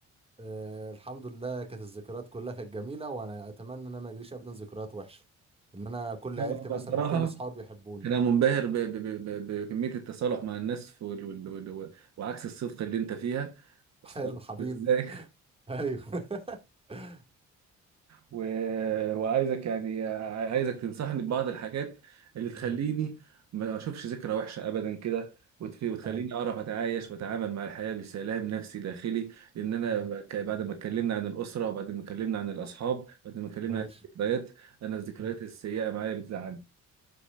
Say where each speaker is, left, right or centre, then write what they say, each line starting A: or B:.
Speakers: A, on the right; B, on the right.
A: أه الحمد لله كانت الذكريات كلها كانت جميلة وانا اتمنى ان انا ما يجريش ابدا ذكريات وحشة ان انا كل
B: لا،
A: عيلتي مثلا
B: أنا بصراحه
A: وكل اصحابي يحبوني
B: انا منبهر ب- ب- ب- ب- بكميه التصالح مع الناس وال- وال- وال- وعكس الصدق اللي انت فيها
A: <laughs>
B: اصلا
A: حلو حبيبي
B: ازاي
A: ايوه <laughs>
B: و... وعايزك يعني عايزك تنصحني ببعض الحاجات اللي تخليني
A: مم.
B: ما اشوفش ذكرى وحشه ابدا كده وتف... وتخليني
A: حلو
B: اعرف اتعايش واتعامل مع الحياه بسلام نفسي داخلي لان انا
A: مم.
B: ك- بعد ما اتكلمنا عن الاسره وبعد ما اتكلمنا عن الاصحاب بعد ما اتكلمنا
A: ماشي
B: عن الذكريات انا الذكريات
A: مم.
B: السيئه معايا بتزعلني